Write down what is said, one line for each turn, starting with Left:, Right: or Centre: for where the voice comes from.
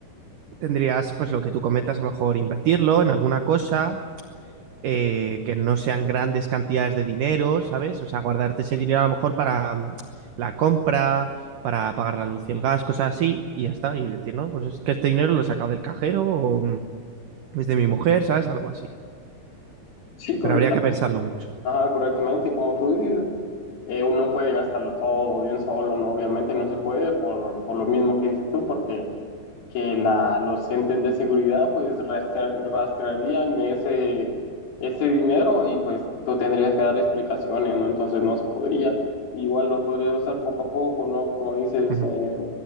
Right: tendrías pues lo que tú comentas, a lo mejor invertirlo en alguna cosa eh, que no sean grandes cantidades de dinero, ¿sabes? O sea, guardarte ese dinero a lo mejor para mm, la compra, para pagar la luz y el gas, cosas así, y ya está. Y decir, no, pues es que este dinero lo he sacado del cajero o mm, es de mi mujer, ¿sabes? Algo así.
Left: Sí, correcto
Right: Pero habría que pensarlo mucho.
Left: Ajá, correctamente. Y Como tú dices, eh, uno puede gastarlo todo de un solo, ¿no? Obviamente no se puede por, por lo mismo que dices tú, porque que la, los entes de seguridad pues rastra- rastrearían ese, ese dinero y pues tú tendrías que dar explicaciones, ¿no? Entonces no se podría. Igual lo podría usar poco a poco, ¿no? Como dices,
Right: Ujú.
Left: eh,